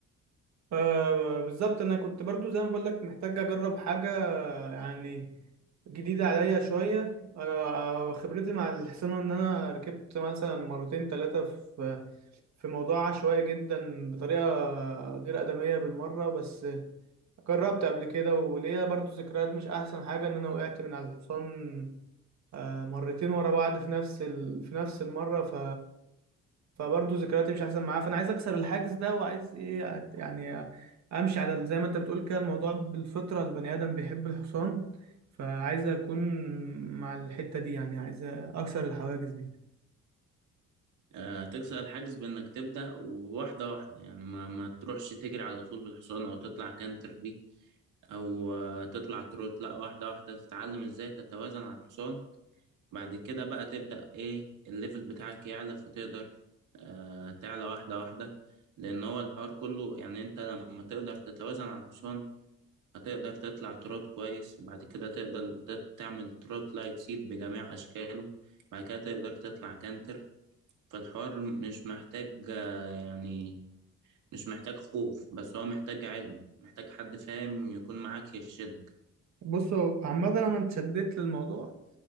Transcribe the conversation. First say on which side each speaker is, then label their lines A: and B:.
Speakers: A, on the right; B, on the right.
A: آه بالظبط انا كنت برضو زي ما بقول لك محتاج اجرب حاجه يعني جديده عليا شويه انا خبرتي مع الحصانه ان انا ركبت مثلا مرتين ثلاثه في في موضوع عشوائي جدا بطريقه غير ادميه بالمره بس جربت قبل كده وليا برضو ذكريات مش احسن حاجه ان انا وقعت من على الحصان آه، مرتين ورا بعض في نفس ال... في نفس المرة ف فبرضه ذكرياتي مش احسن معاه فانا عايز اكسر الحاجز ده وعايز ايه أت... يعني امشي على ال- زي ما انت بتقول كده الموضوع بالفطرة البني ادم بيحب الحصان فعايز اكون مع الحتة دي يعني عايز اكسر الحواجز دي
B: آه، تكسر الحاجز بإنك تبدأ واحدة واحدة يعني ما, ما تروحش تجري على طول بالحصان أو تطلع كانتر بيه أو آه، تطلع تروت لأ واحدة واحدة تتعلم إزاي تتوازن على الحصان بعد كده بقى تبدأ إيه الليفل بتاعك يعلى فتقدر آه، تعلى واحدة واحدة لأن هو الحوار كله يعني أنت لما تقدر تتوازن على الحصان هتقدر تطلع تروت كويس وبعد كده تقدر تت- تعمل تروت لايت سيب بجميع أشكاله بعد كده تقدر تطلع كانتر فالحوار مش محتاج آه، يعني مش محتاج خوف بس هو محتاج علم محتاج حد فاهم يكون معاك يرشدك
A: بصوا عامة انا اتشددت للموضوع